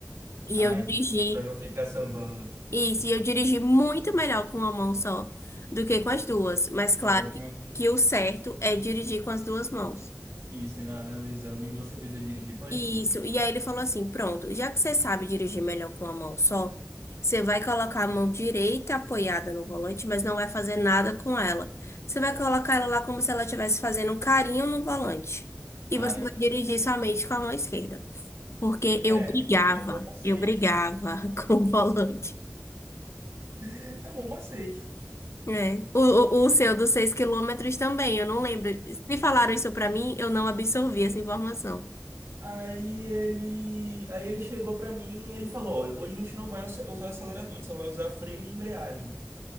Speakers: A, on the left (about 60°); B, on the right (about 65°).
A: E
B: Ah,
A: eu dirigi,
B: entendi. Pra não ficar sambando.
A: isso, e eu dirigi muito melhor com uma mão só do que com as duas. Mas claro
B: É o problema
A: que,
B: é que
A: que o certo é dirigir com as duas mãos.
B: isso, e na, na- no exame você precisa dirigir com as
A: Isso.
B: duas.
A: E aí ele falou assim: pronto, já que você sabe dirigir melhor com a mão só, você vai colocar a mão direita apoiada no volante, mas não vai fazer nada com ela. Você vai colocar ela lá como se ela estivesse fazendo um carinho no volante. E
B: Ah,
A: você
B: entendi.
A: vai dirigir somente com a mão esquerda. Porque eu
B: É,
A: brigava,
B: é um bom macete.
A: eu brigava <laughs> com o volante.
B: <laughs> É um bom macete.
A: É. O, o, o seu dos seis quilômetros também, eu não lembro. Se falaram isso pra mim, eu não absorvi essa informação.
B: Aí ele, aí ele chegou pra mim, e ele falou, "Olha, hoje a gente não vai ac- usar acelerador, a gente só vai usar freio e embreagem,